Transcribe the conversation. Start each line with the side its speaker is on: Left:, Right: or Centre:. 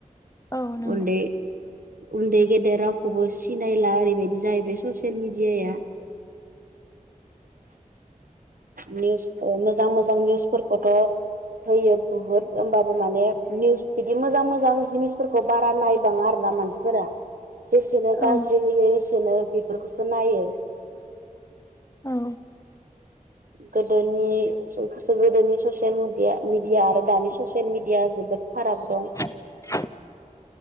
Left: औ नंगौ
Right: उन्दै उन्दै गेदेर रावखौबो सिनायला ओरैबायदि जाहैबाय ससियेल मेडियाया। निउस ओ मोजां मोजां निउसफोरखौथ' होयो बुहुत होमबाबो माने निउस बिदि मोजां मोजां जिनिसफोरखौ बारा नायबाङा आरो ना मानसि फोरा जेसेनो गाज्रि
Left: औ
Right: होयो एसेनो बेफोरखौसो नायो।
Left: औ।
Right: गोदोनि सो गोदोनि ससियेल मिडिया बिदि आरो दानि ससियेल मिडिया जोबोद फाराग दं।
Left: <inaudible>